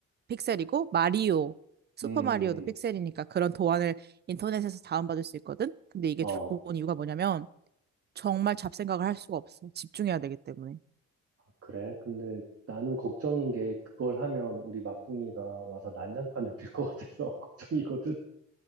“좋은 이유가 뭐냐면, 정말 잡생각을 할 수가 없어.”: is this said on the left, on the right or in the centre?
Right